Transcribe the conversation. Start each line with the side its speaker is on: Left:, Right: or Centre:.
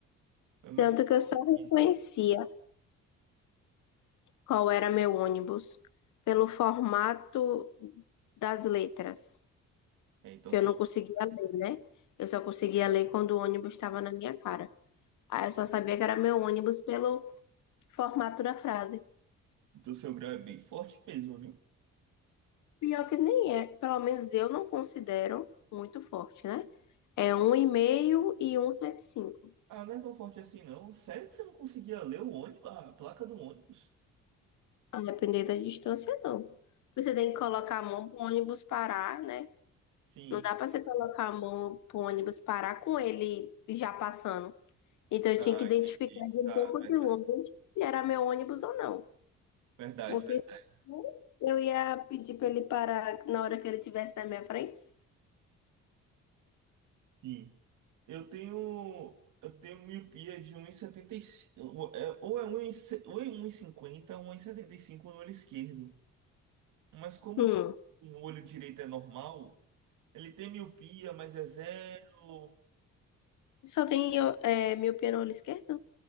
Right: Eu imagino
Left: Tanto que eu só reconhecia
Right: isso.
Left: qual era meu ônibus pelo formato das letras,
Right: É, então
Left: que
Right: seu,
Left: eu não conseguia ler, né? Eu só conseguia ler quando o ônibus estava na minha cara. Aí eu só sabia que era meu ônibus pelo formato da frase.
Right: então seu grau é bem forte mesmo, viu?
Left: Pior que nem é, pelo menos eu não considero muito forte, né? É um e um 1,75.
Right: Ah, não é tão forte assim não. Sério que você não conseguia ler o ônibus, a placa do ônibus?
Left: A depender da distância, não. Porque você tem que colocar a mão pro ônibus parar, né?
Right: Sim.
Left: Não dá pra você colocar a mão pro ônibus parar com ele já passando. Então eu
Right: Ah,
Left: tinha que identificar
Right: entendi.
Left: de um
Right: Ah,
Left: pouco
Right: verdade.
Left: de longe se era meu ônibus ou não.
Right: Verdade,
Left: Porque
Right: verdade.
Left: senão eu ia pedir pra ele parar na hora que ele estivesse na minha frente.
Right: Sim. Eu tenho, eu tenho miopia de um 1,75, é, ou é um vírgula cinquenta ou é setenta e cinco no olho esquerdo. Mas como
Left: Hum.
Right: o olho direito é normal, ele tem miopia, mas é zero.
Left: Só tem é, miopia no olho esquerdo?